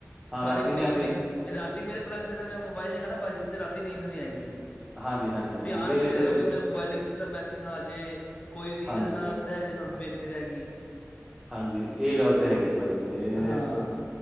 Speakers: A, in the centre; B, on the left.
A: ਹਾਂ
B: ਸਾਡੇ
A: ਰਾਤੀ
B: ਮੇਂ,
A: ਨੀ ਆਉਂਦੀ
B: ਮੇਂ ਰਾਤੀ ਮੇਰੇ ਪਲੰਗ ਤੇ ਅਗਰ ਮੇਰਾ ਮੋਬਾਈਲ ਨੀ ਹੇਗਾ ਨਾ ਭਾਜੀ ਤੇ ਰਾਤੀ ਨੀਂਦ ਨੀ ਆਏਗੀ।
A: ਹਾਂਜੀ, ਹਾਂਜੀ, ਹਾਂਜੀ
B: ਧਿਆਨ ਓਥੇ
A: ਇਹ
B: ਰਹੇਗਾ।
A: ਤੇ
B: ਵੀ ਮੇਰਾ ਮੋਬਾਈਲ ਕਿਸੇ ਦਾ ਮੈਸੇਜ਼ ਨਾ ਆ ਜੇ, ਕੋਈ ਰੀਲ
A: ਹਾਂਜੀ,
B: ਨਾ ਰੈਹ ਜੇ ਸਾਨੂੰ ਵੇਖਨੀ ਰੇਗੀ।
A: ਹਾਂਜੀ, ਏ ਗੱਲ ਤੇ ਹੈਗੀ ਭਾਜੀ ਏ,
B: ਹਾਂ